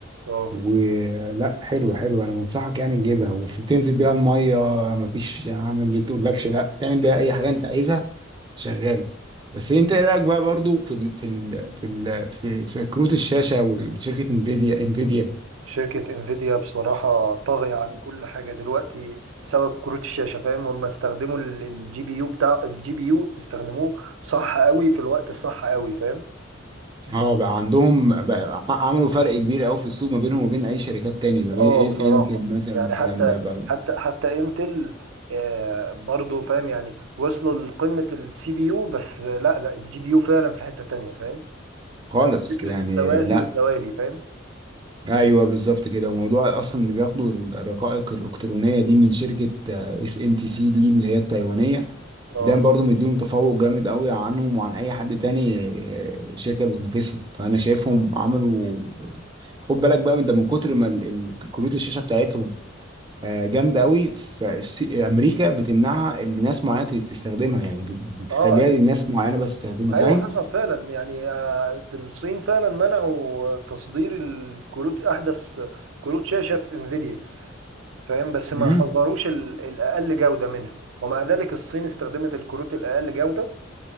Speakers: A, on the right; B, on the right.
A: اه
B: ولا حلوة حلوة أنا بنصحك يعني تجيبها وتنزل بيها المية مفيش يا عم ما بتقولكش لا تعمل بيها أي حاجة أنت عايزها شغاله بس انت ايه رايك بقى برضو في ال في ال في ال في, في كروت الشاشه وشركه انفيديا انفيديا
A: شركة انفيديا بصراحة طاغية على كل حاجة دلوقتي بسبب كروت الشاشة فاهم هم استخدموا الجي بي يو بتاع الجي بي يو استخدموه صح قوي في الوقت الصح قوي فاهم
B: اه بقى عندهم بقى ع- عملوا فرق كبير قوي في السوق ما بينهم وما بين اي شركات تاني ما بين
A: اه
B: إن-
A: بصراحة
B: انتل مثلا
A: يعني
B: والكلام
A: حتى
B: ده بقى
A: حتى حتى انتل آه برضو فاهم يعني وصلوا لقمة السي بي يو بس لا لا الجي بي يو فعلا في حتة تانية فاهم
B: خالص
A: نفس فكرة
B: يعني
A: التوازي
B: لا
A: والتوالي فاهم
B: ايوه بالظبط كده وموضوع اصلا اللي بياخدوا الرقائق الالكترونيه دي من شركه اس ام تي سي دي اللي هي التايوانيه
A: اه
B: ده برضو مديهم تفوق جامد قوي عنهم وعن اي حد تاني آه، شركه بتنافسهم فانا شايفهم عملوا خد بالك بقى من ده من كتر ما ال- ال- كروت الشاشه بتاعتهم آه، جامده قوي فامريكا بتمنعها ان ناس معينه ت- تستخدمها يعني بت- بتخليها
A: اه ايوه
B: الناس معينه بس تستخدمها
A: ايوه
B: فاهم
A: حصل فعلا يعني آه، في الصين فعلا منعوا تصدير الكروت احدث كروت شاشه في انفيديا فاهم بس ما
B: امم
A: حضروش ال- الاقل جوده منها ومع ذلك الصين استخدمت الكروت الاقل جوده